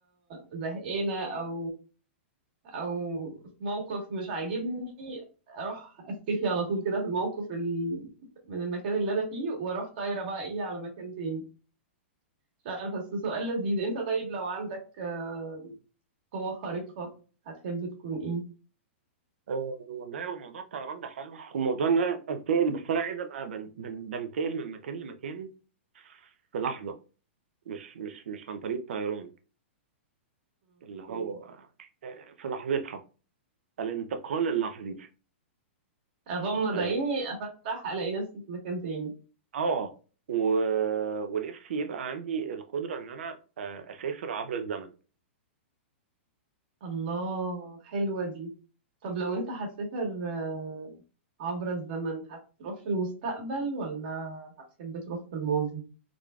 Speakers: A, on the right; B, on the right.
A: زهقانه او او في موقف مش عاجبني اروح اختفي على طول كده في الموقف ال... من المكان اللي انا فيه واروح طايره بقى ايه على مكان تاني مش عارفه بس سؤال لذيذ انت طيب لو عندك آه، قوه خارقه هتحب تكون ايه؟
B: آه، والله هو موضوع الطيران ده حلو وموضوع ان انا انتقل بس انا عايز ابقى بن- بن- بنتقل من مكان لمكان في لحظة مش مش مش عن طريق الطيران اللي هو آه، في لحظتها الانتقال اللحظي
A: اغمض
B: اه
A: عيني افتح الاقي نفسي في مكان تاني
B: آه، و... ونفسي يبقى عندي القدرة ان انا آه، اسافر عبر الزمن
A: الله حلوة دي طب لو انت هتسافر آه، عبر الزمن هتروح في المستقبل ولا هتحب تروح في الماضي